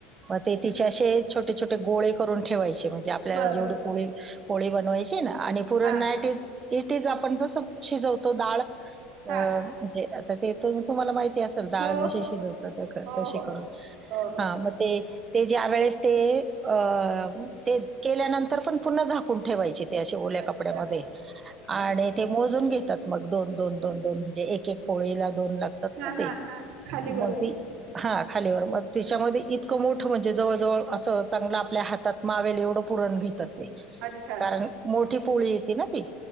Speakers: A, on the right; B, on the right.
A: म ते तिचे असे छोटे छोटे गोळे करून ठेवायचे, म्हणजे आपल्याला
B: बरं
A: जेवढं ळी, पोळी बनवायची ना, आणि पुरण
B: हा
A: नाईट, इट इज आपण जसं शिजवतो डाळ अ
B: हा
A: जे, आता ते त तुम्हाला माहिती असेल डाळ
B: हो,
A: जशी शिजवतात,
B: हो,
A: तशी
B: हो,
A: करून,
B: हो, हो.
A: म ते ते ज्या वेळेस ते, अ ते केल्यानंतर पण पुन्हा झाकून ठेवायचे. ते आशे, ओल्या
B: अच्छा,
A: कपड्यामध्ये, आणि
B: ओके.
A: ते. मोजून घेतात मग, दोन दोन दोन दोन म्हणजे एक एक पोळीला दोन लागत तात
B: हां,
A: ते
B: हां, हां. खाली वर.
A: मग ते हा, खालीवर मग तिच्यामध्ये इतकं मोठं, म्हणजे जवळजवळ असं चांगलं, आपल्या हातात मावेल एवढं पुरण घेतात ते.
B: अच्छा.
A: कारण मोठी पोळी येती ना ती,